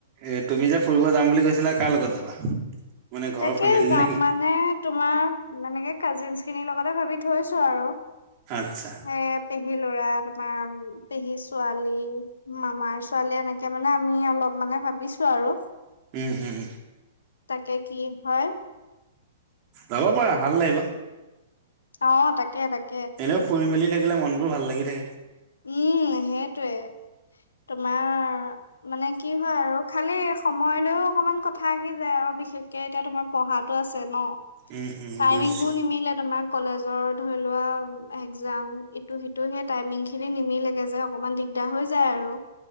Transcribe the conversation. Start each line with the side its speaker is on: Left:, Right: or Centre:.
Right: এ তুমি যে ফুৰিব যাম বুলি কৈছিলা কাৰ লগত যাবা মানে ঘৰৰ
Left: তাকে
Right: ফেমিলি
Left: যাম
Right: নেকি?
Left: মানে তোমাৰ মানে তোমাৰ কাজিনচ খিনিৰ লগত ভাবি থৈছো আৰু
Right: আচ্ছা
Left: সেই পেহী লৰা আমাৰ পেহী ছোৱালী মামাৰ ছোৱালী এনেকৈ মানে আমি অলপ মানে ভাবিছো আৰু
Right: উম উম উম
Left: তাকে কি হয়
Right: যাব পাৰা ভাল লাগিব
Left: অ তাকে তাকে
Right: এনেও ফুৰি মেলি থাকিলে মন বোৰ ভাল লাগি তে
Left: উম সেইটোৱে তোমাৰ মানে কি হয় আৰু খালি সময় লৈও অকনমান কথা আহি যায় আৰু বিশেষকে এতিয়া তোমাৰ পঢ়াটো আছে ন
Right: উম উম
Left: টাইমিং
Right: বুজিছো
Left: বোৰ নিমিলে তোমাক কলেজৰ ধৰি লোৱা একজাম ইটো সিটো হে টাইমিং খিনি নিমিলেগে যে অকমান দিগদাৰ হৈ যায় আৰু